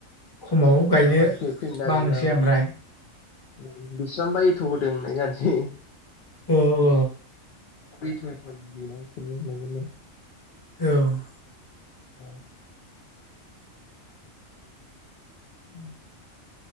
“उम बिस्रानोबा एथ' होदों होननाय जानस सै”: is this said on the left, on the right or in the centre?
Left